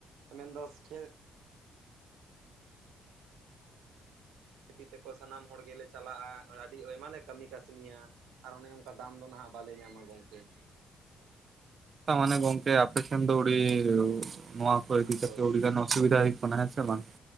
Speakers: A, on the right (about 90°); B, on the right (about 40°).
A: ᱢᱮᱱᱫᱚ ᱠᱷᱮ ᱡᱮᱛᱮ ᱠᱚ ᱥᱟᱱᱟᱢ ᱦᱚᱲ ᱜᱮᱞᱮ ᱪᱟᱞᱟᱜ-ᱟ ᱟᱹᱰᱤ ᱟᱭᱢᱟ ᱞᱮ ᱠᱟᱹᱢᱤ ᱠᱟᱹᱥᱱᱤᱭᱟ ᱾ ᱟᱨ ᱚᱱᱮ ᱚᱱᱠᱟ ᱫᱟᱢ ᱫᱚ ᱱᱷᱟᱜ ᱵᱟᱞᱮ ᱧᱟᱢᱟ ᱜᱚᱢᱠᱮ ᱾
B: ᱛᱚ ᱢᱟᱱᱮ ᱜᱚᱝᱠᱮ ᱟᱯᱮᱥᱮᱱ ᱫᱚ ᱩᱰᱤ ᱱᱚᱶᱟ ᱠᱚ ᱤᱫᱤ
A: ᱦᱳᱭ
B: ᱠᱟᱛᱮ ᱟᱹᱰᱤᱜᱟᱱ ᱥᱩᱵᱤᱫᱟ ᱦᱩᱭᱩᱜ ᱠᱟᱱᱟ ᱦᱮᱸ ᱪᱮ ᱵᱟᱝ ᱾